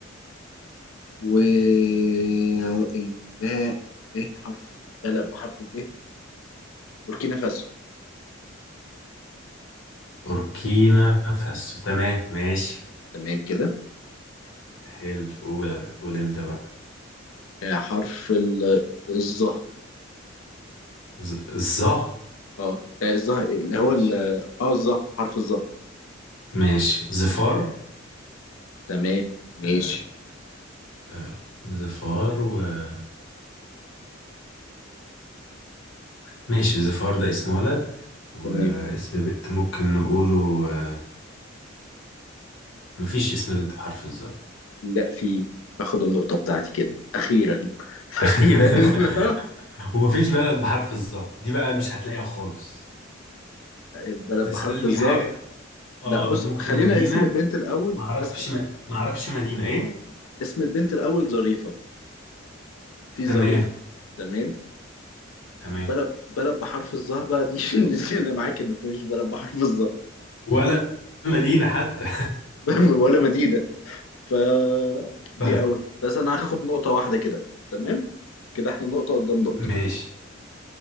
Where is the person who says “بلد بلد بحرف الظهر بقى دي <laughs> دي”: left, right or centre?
Left